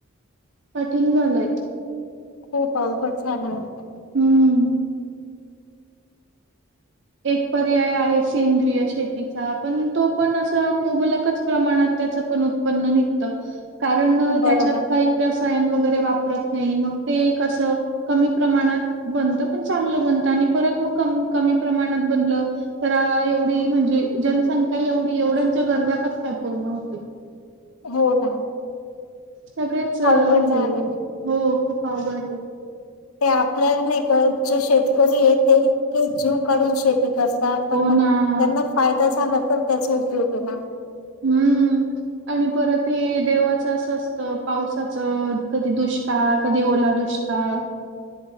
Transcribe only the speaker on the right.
कठीण झालंय?
हम्म. एक पर्याय आहे सेंद्रिय शेतीचा पण तो पण असं मुबलकच प्रमाणात त्याच पण उत्पन्न निघत. कारण
त्याच्यात काही रसायन वगैर वापरत नाही ते कसं कमी प्रमाणात बनत. पण चांगल बनत. आणि परत कमी प्रमाणात बनलं. तर एवढी म्हणजे जनसंख्या एवढी, एवढ्यांच्या गरजा कसं काय पूर्ण होतील.
सगळेच
हे
हो. अवघड ए
हो
ना
हम्म आणि परत हे देवाचं असं असतं, पावसाचं, कधी दुष्काळ कधी, ओला दुष्काळ.